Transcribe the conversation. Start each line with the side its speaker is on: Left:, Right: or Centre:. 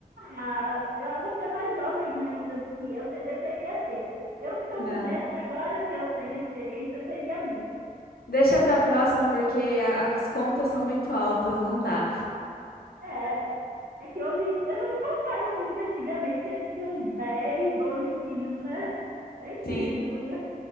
Right: Ah, eu, você é mais jovem ainda do que eu, você deveria ter. Eu, se eu
Left: Não.
Right: pudesse, agora que eu tenho experiência, eu teria muito.
Left: Deixa pra próxima, porque a- as contas são muito altas, não dá.
Right: É, é que hoje eu não me conformo como que antigamente eu tinha uns 10, 12 filhos, né? É incrível,
Left: Sim,
Right: né?